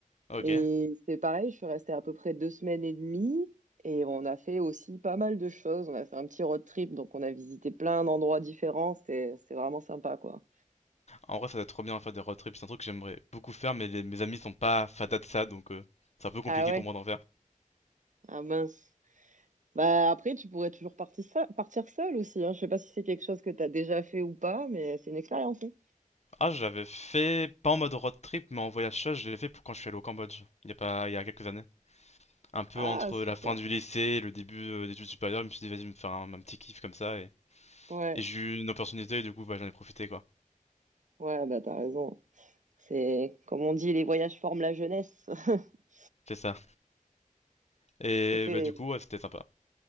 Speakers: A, on the left; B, on the right.
A: Ok.
B: et c'est pareil, je suis restée à peu près deux semaines et demie et on a fait aussi pas mal de choses. On a fait un petit road trip, donc on a visité plein d'endroits différents. C'était, c'était vraiment sympa quoi.
A: En vrai, ça doit être trop bien à faire des road trips, c'est un truc que j'aimerais beaucoup faire, mais les- mes amis sont pas fadas de ça, donc euh, c'est un peu compliqué
B: Ah ouais?
A: pour moi d'en faire.
B: Ah mince. Bah, après, tu pourrais toujours partir, seul, partir seul aussi. Hein. Je sais pas si c'est quelque chose que tu as déjà fait ou pas, mais c'est une expérience. hein.
A: Ah, je l'avais fait, pas en mode road trip, mais en voyage seul, je l'ai fait pour quand je suis allé au Cambodge, il y a pas, il y a quelques années. Un peu
B: Ah,
A: entre
B: super.
A: la fin du lycée et le début euh, d'études supérieures, je me suis dit, vas-y, me faire un, un petit kiff comme ça, et,
B: Ouais,
A: et j'ai eu une opportunité, et du coup, bah, j'en ai profité, quoi.
B: ouais, bah t'as raison. C'est comme on dit, les voyages forment la jeunesse. <laughs>
A: C'est ça. Et
B: Et c'est
A: bah, du coup, ouais, c'était sympa.